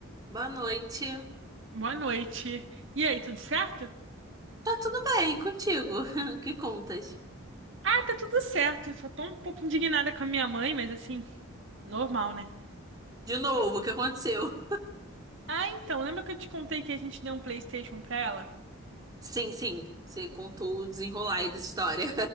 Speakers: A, on the right; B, on the right.
A: Boa noite.
B: Boa noite. E aí, tudo certo?
A: Tá tudo bem contigo? <laughs> O que contas?
B: Ah, tá tudo certo. Só tô um pouco indignada com a minha mãe, mas assim, normal, né?
A: De novo, o que aconteceu?
B: Ah, então, lembra que eu te contei que a gente deu um PlayStation pra ela?
A: Sim, sim. Você contou o desenrolar aí dessa história.